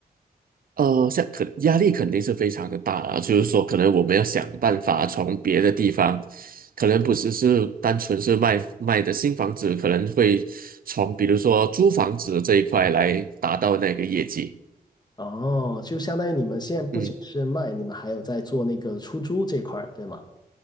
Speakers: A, on the right; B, on the left.
A: 呃，像可压力肯定是非常的大啊，就是说，可能我们要想办法从别的地方，可能不只是单纯是卖卖的新房子，可能会从比如说租房子这一块来达到那个业绩。
B: 哦，就相当于你们现在不仅是卖，
A: 嗯。
B: 你们还有在做那个出租这块儿，对吗？